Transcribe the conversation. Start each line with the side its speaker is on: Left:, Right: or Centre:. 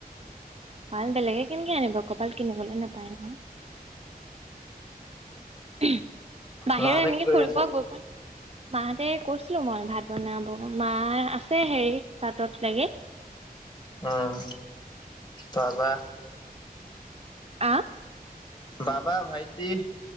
Right: পাল বেলেগে কেনেকে আনিব, কপাল কিনিবলৈ নাপায় নহয়। <inaudible> বাহিৰত
Left: মাহঁতে
Right: এনেকে
Left: কি কৰি
Right: ফুৰিব
Left: আছে
Right: গৈ পোৱানাই। মাহঁতে কৈছিলো মই ভাত বনাব মা আছে হেৰি তাতত লাগি।
Left: উম তাৰপা?
Right: আহ
Left: বাবা ভাইটি।